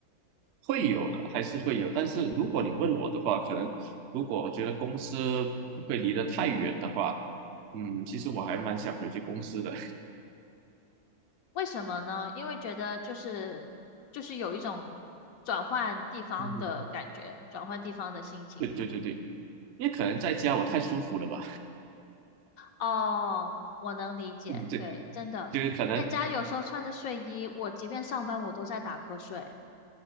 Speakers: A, on the right; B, on the left.
A: 会有的，还是会有。但是如果你问我的话，可能如果我觉得公司会离得太远的话，嗯，其实我还蛮想回去公司的。
B: 为什么呢？因为觉得就是就是有一种转换地方的感觉，
A: <laughs> 嗯，
B: 转换地方的心情。
A: 对对对对，因为可能在家我太舒服了吧，
B: 哦，我能理解，
A: 嗯，对，
B: 对，真的，
A: 就是可能
B: 在家有时候穿着睡衣，我即便上班，我都在打瞌睡。